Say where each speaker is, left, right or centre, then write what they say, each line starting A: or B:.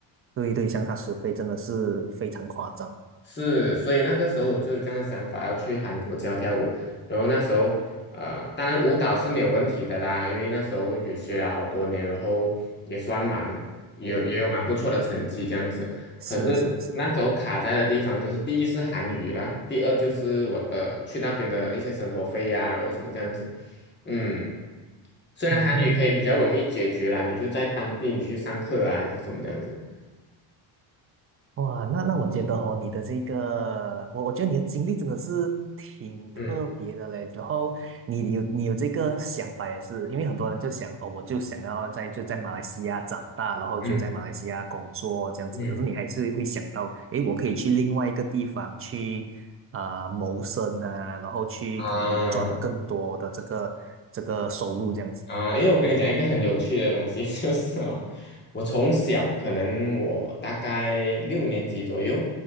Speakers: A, on the right; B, on the left.
A: 对对，相差十倍真的是非常夸张。
B: 是，所以那个时候我就是这样的想法，要去韩国教跳舞。然后那时候，呃，当然舞蹈是没有问题的啦，因为那时候也学了好多年，然后也算蛮有也有蛮不错的成绩这样子。
A: 对呀，是是是，
B: 可是那时候卡在的地方就是，第一是韩语啦，第二就是我的去那边的一些生活费呀、然后什么这样子。嗯，虽然韩语可以比较容易解决啦，
A: 嗯，
B: 你就在当地你去上课啊，还是什么这样子。
A: 哇，那那我觉得哦，你的这个，我我觉得你的经历真的是挺特别的嘞。
B: 嗯
A: 然后你有你有这个想法也是，因为很多人就想哦，我就想要在就在马来西亚长大，然后就在马来西亚工作这样子。
B: 嗯嗯
A: 可是你还是会想到，诶，我可以去另外一个地方去啊、谋生啊，然后去可能赚更多的这个这个收入这样子。
B: 啊，啊，因为我跟你讲一个很有趣的东西，<laughs> 就是啊，我从小可能我大概六年级左右，